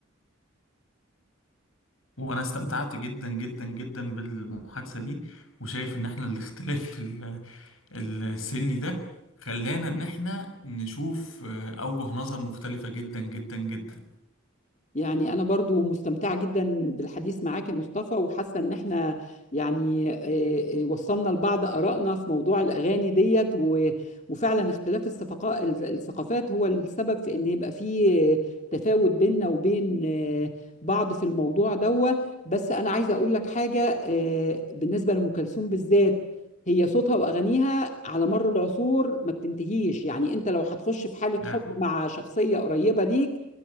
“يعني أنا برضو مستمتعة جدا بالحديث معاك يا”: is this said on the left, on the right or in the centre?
Left